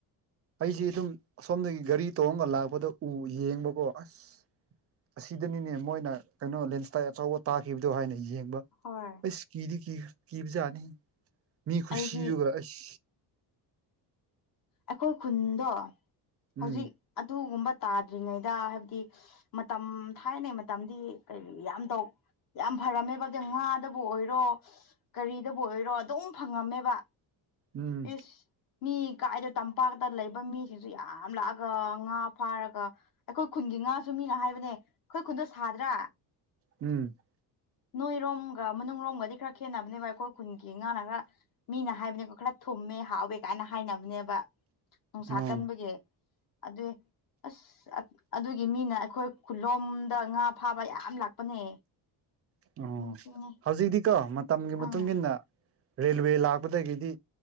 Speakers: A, on the right; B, on the left.
A: ꯑꯩꯖꯤ ꯑꯗꯨꯝ ꯑꯁꯣꯝꯗꯒꯤ ꯒꯥꯔꯤ ꯇꯣꯡꯔꯒ ꯂꯥꯛꯄꯗ ꯎ ꯌꯦꯡꯕꯀꯣ ꯑꯁ ꯑꯁꯤꯗꯅꯤꯅꯦ ꯃꯣꯏꯅ ꯀꯩꯅꯣ ꯂꯦꯟꯁ꯭ꯂꯥꯏꯠ ꯑꯆꯧꯕ ꯇꯥꯈꯤꯕꯗꯣ ꯍꯥꯏꯅ ꯌꯦꯡꯕ
B: ꯍꯣꯏ
A: ꯏꯁ ꯀꯤꯗꯤ ꯀꯤ ꯀꯤꯕꯖꯥꯠꯅꯤꯍꯦ ꯃꯤ ꯈꯨꯁꯤꯗꯨꯒ
B: ꯑꯩꯗꯤ
A: ꯑꯁ
B: ꯑꯩꯈꯣꯏ ꯈꯨꯟꯗꯣ ꯍꯧꯖꯤꯛ
A: ꯎꯝ
B: ꯑꯗꯨꯒꯨꯝꯕ ꯇꯥꯗ꯭ꯔꯤꯉꯩꯗ ꯍꯥꯏꯕꯗꯤ ꯃꯇꯝ ꯊꯥꯏꯅꯩ ꯃꯇꯝꯗꯤ ꯀꯔꯤ ꯌꯥꯝ ꯇꯧ ꯌꯥꯝ ꯐꯔꯝꯃꯦꯕꯖꯦ ꯉꯥꯗꯕꯨ ꯑꯣꯏꯔꯣ ꯀꯔꯤꯗꯕꯨ ꯑꯣꯏꯔꯣ ꯑꯗꯨꯝ ꯐꯪꯉꯝꯃꯦꯕ
A: ꯎꯝ
B: ꯏꯁ ꯃꯤ ꯀꯥꯏꯗ ꯇꯝꯄꯥꯛꯇ ꯂꯩꯕ ꯃꯤꯁꯤꯡꯁꯨ ꯌꯥꯝ ꯂꯥꯛꯑꯒ ꯉꯥ ꯐꯥꯔꯒ ꯑꯩꯈꯣꯏ ꯈꯨꯟꯒꯤ ꯉꯥꯁꯨ ꯃꯤꯅ ꯍꯥꯏꯕꯅꯦ ꯑꯩꯈꯣꯏ ꯈꯨꯟꯗꯣ ꯁꯥꯗ꯭ꯔꯥ
A: ꯎꯝ
B: ꯅꯣꯏꯔꯣꯝꯒ ꯃꯅꯨꯡꯔꯣꯝꯒꯗꯤ ꯈꯔ ꯈꯦꯠꯅꯕꯅꯦꯕ ꯑꯩꯈꯣꯏ ꯈꯨꯟꯒꯤ ꯉꯥꯅ ꯉꯥ ꯃꯤꯅ ꯍꯥꯏꯕꯅꯦꯕ ꯈꯔ ꯊꯨꯝꯃꯦ ꯍꯥꯎꯋꯦ ꯀꯥꯏꯅ ꯍꯥꯏꯅ ꯅꯦꯕ ꯅꯨꯡꯁꯥ
A: ꯑꯣ
B: ꯀꯟꯕꯒꯤ ꯑꯗꯨꯏ ꯑꯁ ꯑꯗꯨꯒꯤ ꯃꯤꯅ ꯑꯩꯈꯣꯏ ꯈꯨꯂꯣꯝꯗ ꯉꯥ ꯐꯥꯕ ꯌꯥꯝ ꯂꯥꯛꯄꯅꯦ
A: ꯑꯣ
B: ꯅꯤꯡꯁꯤꯡꯉꯦ
A: ꯍꯧꯖꯤꯛꯇꯤꯀꯣ ꯃꯇꯝꯒꯤ ꯃꯇꯨꯡ
B: ꯑꯥ
A: ꯏꯟꯅ ꯔꯦꯜꯋꯦ ꯂꯥꯛꯄꯗꯒꯤꯗꯤ